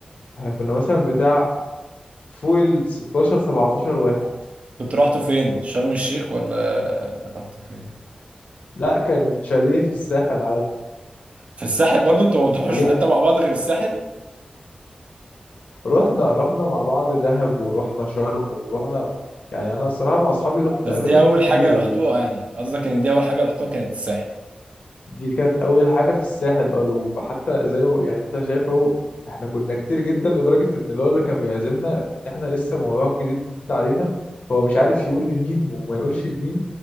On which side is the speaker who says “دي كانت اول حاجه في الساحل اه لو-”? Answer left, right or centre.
Left